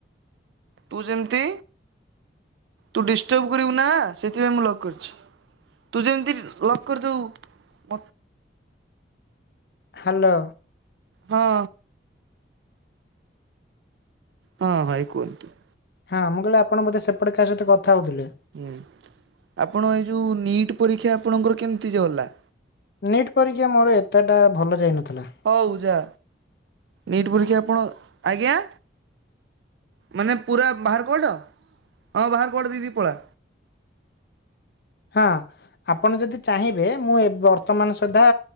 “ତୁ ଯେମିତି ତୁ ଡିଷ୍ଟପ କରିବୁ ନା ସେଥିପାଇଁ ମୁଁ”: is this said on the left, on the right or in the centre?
Right